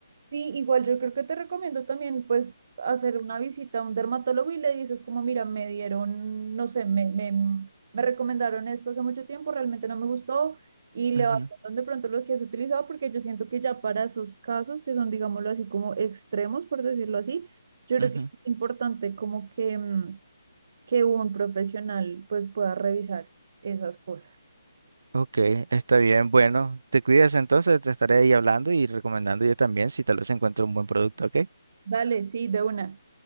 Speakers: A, on the right; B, on the right.
A: Sí, igual yo creo que te recomiendo también pues hacer una visita a un dermatólogo y le dices como, mira, me dieron, no sé, me, me, me recomendaron esto hace mucho tiempo, realmente no me gustó y le
B: Ujú,
A: vas contando de pronto lo que has utilizado porque yo siento que ya para esos casos que son, digámoslo así, como extremos, por decirlo así, yo creo
B: ujú.
A: que es importante como que, mm, que un profesional pues pueda revisar esas cosas.
B: Ok, está bien. Bueno, te cuidas entonces, te estaré ahí hablando y recomendando yo también si tal vez encuentro un buen producto, ¿ok?
A: Dale, sí, de una.